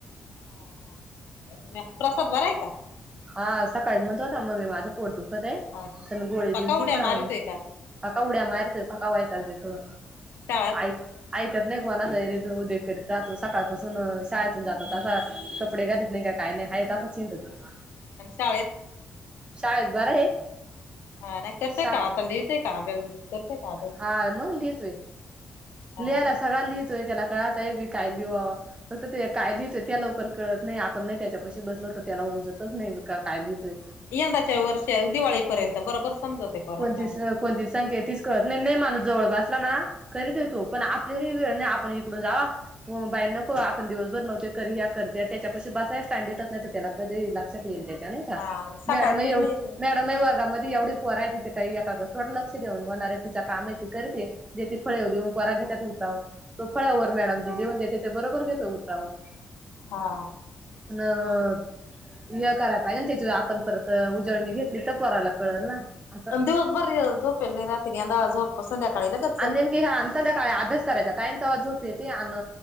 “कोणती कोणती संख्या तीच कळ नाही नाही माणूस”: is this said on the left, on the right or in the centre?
Right